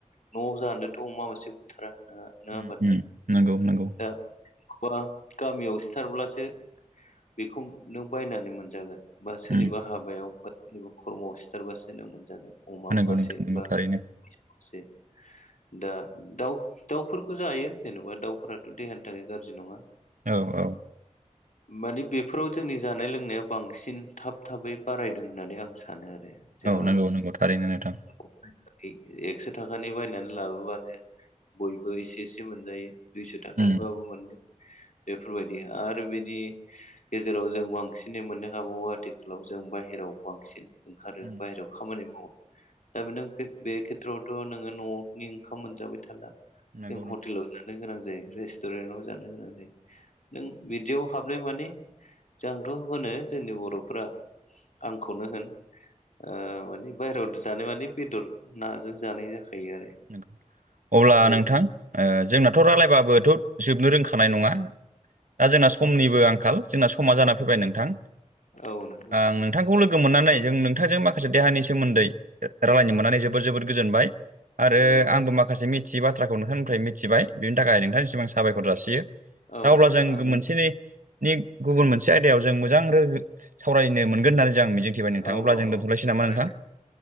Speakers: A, on the left; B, on the right.
A: न'आव जानोथ' अमा मासे बुथारा। नङा होमबा
B: उम
A: नोंथां।
B: उम नंगौ नंगौ
A: दा बा गामियाव सिथारब्लासो बेखौ नों बायनानै मोनजागोन बा सोरनिबा
B: उम
A: हाबायाव बा सोरनिबा खर्मआव सिथारबासो नों मोनजागोन अमा
B: नंगौ
A: मासे
B: नोंथां नंगौ
A: बा
B: थारैनो
A: बे दा दाउ दाउफोरखौ जायो जेनेबा दाउफोराथ' देहानि थाखाय गाज्रि नङा
B: औ औ
A: मानि बेफोराव जोंनि जानाय लोंनाया बांसिन थाब थाबै बारायदों होननानै आं सानो आरो जेराव
B: औ नंगौ नंगौ
A: <unintelligible>
B: थारैनो नोंथां
A: ए एक्स' थाखानि बायनानै लाबोबानो बयबो एसे एसे मोनजायो दुइस' थाखानिबाबो
B: उम
A: मोनगोन बेफोरबायदि आरो बिदि गेजेराव जों बांसिनै मोननो हाबावो आथिखालाव जों बाहेराव बांसिन ओंखारो
B: उम
A: बाहेरायाव खामानि मावो दा बे नों बे बे खेथ्रआवथ' नोङो न'नि ओंखाम मोनजाबाय थाला
B: नंगौ
A: जों
B: नोंथां
A: हटेलाव जानो गोनां जायो रेस्टुरेन्टव जानो गोनां जायो नों बिदियाव हाबनाय माने जंथ' होनो जोंनि बर'फ्रा आंखौनो होन ओ माने बायहेरायाव जानाय माने बेदर नाजों जानाय जाखायो आरो
B: नंगौ अब्ला
A: बे
B: नोंथां जोंनाथ' रायज्लायबाबोथ' जोबनो रोंखानाय नङा दा जोंना समनिबो आंखाल जोंना समा जाना फैबाय नोंथां
A: औ नंगौ
B: आं नों नोंथांखौ लोगो मोननानै जों नोंथांजों माखासे देहानि सोमोन्दै रायलायनो मोननानै जोबोद जोबोद गोजोनबाय। आरो
A: नंगौ
B: आंबो माखासे मिथियि बाथ्राखौ नोंथांनिफ्राय मिथिबाय बिनि थाखाय नोंथांनिसिम आं साबायखर जासियो।
A: औ
B: दा अब्ला जों
A: आं
B: मोनसेनि नि गुबुन मोनसे आयदायाव जों मोजां रो सावरायनो मोनगोन होननानै जों आं मिजिं मिथिबाय नोंथाङ
A: औ
B: अब्ला
A: औ
B: जों दोनथ'लायसै
A: औ
B: नामा
A: थारैनो
B: नोंथां